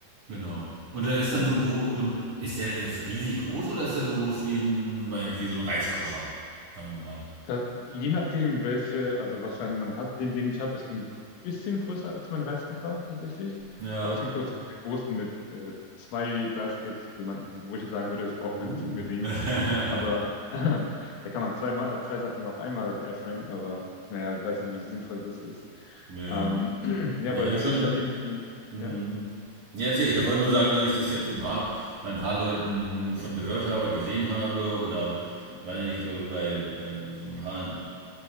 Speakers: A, on the right; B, on the left.
A: genau. Und der ist
B: genau.
A: dann so groß, und ist der jetzt riesig groß oder ist der so groß wie ein, weiß nicht, wie so ein Reiskocher? Sagen wir mal.
B: Da, je nachdem, welche, also was für einen man hat, den, den ich habe, ist ein bisschen größer als mein Reiskocher tatsächlich.
A: Ja.
B: Aber es gibt ja auch so diese großen mit äh, zwei Baskets, jemanden, wo ich jetzt sagen würde, das braucht
A: Uh.
B: man nicht unbedingt. Aber
A: <laughs>
B: <clears throat> <laughs> da kann man zwei, Ma- zwei Sachen auf einmal airfryen, aber naja, ich weiß nicht, wie sinnvoll das ist.
A: Ne,
B: Ähm, <clears throat> ja,
A: ne,
B: aber
A: habe
B: tatsächlich,
A: ich schon.
B: seitdem ich den,
A: Mhm.
B: ja,
A: Ja, erzähl, ich wollte nur sagen, dass ich das jetzt ein paar,
B: also,
A: bei ein paar Leuten von gehört habe, gesehen habe oder
B: ja,
A: weil ich glaube ich bei, bei so ein paar